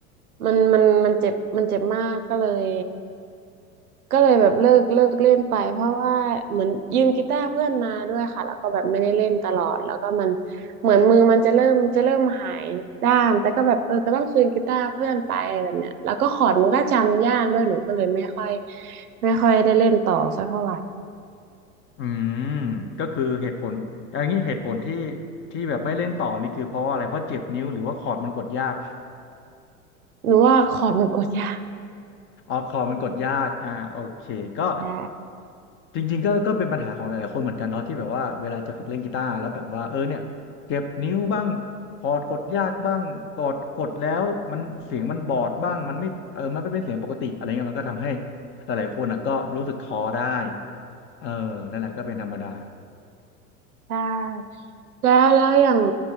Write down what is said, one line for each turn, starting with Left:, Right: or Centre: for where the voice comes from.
Right: มันมันมันเจ็บมันเจ็บมากก็เลยก็เลยแบบเลิกเลิกเล่นไปเพราะว่าเหมือนยืมกีตาร์เพื่อนมาด้วยค่ะแล้วก็แบบไม่ได้เล่นตลอดแล้วก็มันเหมือนมือมันจะเริ่มจะเริ่มหายด้ามแต่ก็แบบเออก็ต้องคืนกีตาร์เพื่อนไปแบบเนี้ยแล้วก็คอร์ดมันก็จำยากด้วยหนูก็เลยไม่ค่อยไม่ค่อยได้เล่นต่อสักเท่าไหร่
Left: อืมก็คือเหตุผลอย่างนี้เหตุผลที่ที่แบบไม่เล่นต่อนี่คือเพราะอะไรเพราะเจ็บนิ้วหรือว่าคอร์ดมันกดยาก <coughs>
Right: หนูว่าคอร์ดมันกดยาก
Left: <laughs> ออกคอร์ดมันกดยากอ่าโอเคก็
Right: ใช่
Left: จริงๆก็ก็เป็นปัญหาของหลายๆคนเหมือนกันเนาะที่แบบว่าเวลาจะฝึกเล่นกีตาร์แล้วแบบว่าเออเนี่ยเจ็บนิ้วบ้างคอร์ดกดยากบ้างกดกดแล้วมันเสียงมันบอดบ้างมันไม่เออมันไม่เป็นเสียงปกติอะไรเงี้ยมันก็ทำให้หลายๆคนอ่ะก็รู้สึกท้อได้เออนั่นแหละก็เป็นธรรมดา
Right: ใช่ แล้วแล้วอย่าง